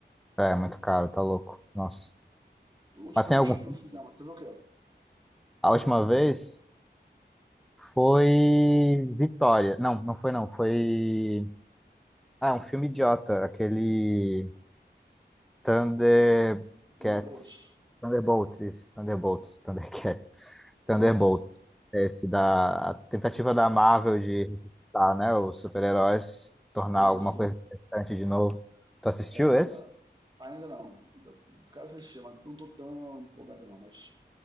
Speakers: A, in the centre; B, on the right.
A: É, é muito caro, tá louco. Nossa.
B: A última
A: Mas tem
B: vez
A: algum
B: que eu
A: filme?
B: fui no cinema, tu viu o quê?
A: A última vez foi Vitória. Não, não foi não, foi Ah, um filme idiota, aquele Thundercats.
B: Thunderbolts.
A: Thunderbolts, isso, Thunderbolts, Thundercats.
B: <laughs>
A: Thunderbolts, esse da a tentativa da Marvel de ressuscitar, né, os super-heróis, tornar
B: É,
A: alguma
B: isso.
A: coisa interessante de novo. Tu assistiu
B: É, até-
A: esse?
B: ainda não. Quero assistir, mas não tô tão empolgado não, mas